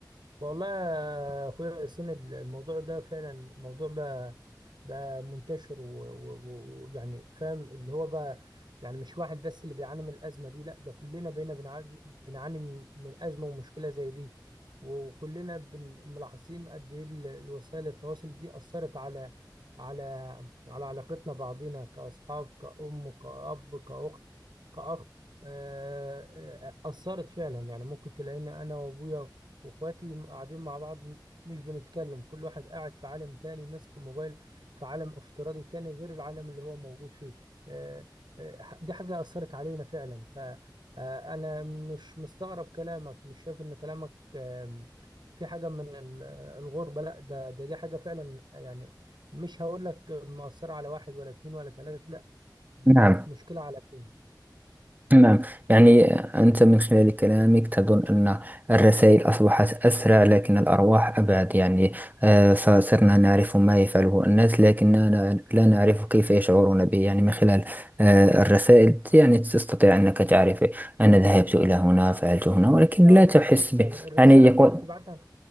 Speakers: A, on the right; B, on the right.
A: والله يا اخويا ياسين الموضوع ده فعلا موضوع بقى بقى منتشر و- و- ويعني فاهم اللي هو بقى يعني مش واحد بس اللي بيعاني من الازمه دي لا ده كلنا بقينا بنعاني بنعاني من من ازمه ومشكله زي دي وكلنا بن- ملاحظين قد ايه ال- الوسائل التواصل دي اثرت على على على علاقتنا بعضينا كاصحاب كأم كأب كأخت كأخ آه، آه، آه، أثرت فعلا يعني ممكن تلاقيني أنا وأبويا واخواتي قاعدين مع بعض م- مش بنتكلم كل واحد قاعد في عالم تاني ماسك الموبايل في عالم افتراضي تاني غير العالم اللي هو موجود فيه آه، آه، ح- دي حاجة أثرت علينا فعلا فأنا مش مستغرب كلامك مش شايف إن كلامك آم، في حاجة من ال- الغربة لا ده ده دي حاجة فعلا يعني مش هقول لك مؤثرة على واحد ولا اتنين ولا تلاتة لا دي
B: نعم
A: بقت مشكلة عالمية
B: نعم يعني أنت من خلال كلامك تظن أن الرسائل أصبحت أسرع لكن الأرواح أبعد يعني آه، فصرنا نعرف ما يفعله الناس لكننا لا نعرف كيف يشعرون به يعني من خلال آه، الرسائل يعني تستطيع أنك تعرف أنا ذهبت إلى هنا فعلت هنا ولكن
A: اه
B: لا
A: بالظبط
B: تحس به
A: يعني الرسالة
B: يعني يقول
A: ممكن تبعتها